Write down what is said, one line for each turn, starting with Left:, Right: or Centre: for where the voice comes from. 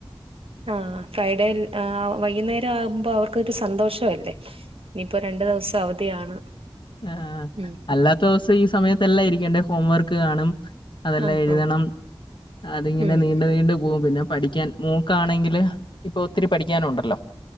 Right: ആഹ ഫ്രൈഡേ ആ വൈകുന്നേരം ആവുമ്പോൾ അവർക്ക്സന്തോഷല്ലേ ഇനിയിപ്പോ രണ്ടു ദിവസം അവധിയാണ്
Left: ആ
Right: ഉം
Left: അല്ലാത്ത ദിവസം ഈ സമയത്ത്ല്ല ഇരിക്കണ്ട ഹോം വർക്ക് കാണും അതെല്ലാം
Right: ഉം ആഹ്
Left: എഴുതണം
Right: ആഹ്
Left: അതിങ്ങനെ
Right: ഉം
Left: നീണ്ട നീണ്ടു പോകും പിന്നെ പഠിക്കാൻ മോൾക്കാണെങ്കില് ഇപ്പൊ ഒത്തിരി പഠിക്കാന ഉണ്ടല്ലോ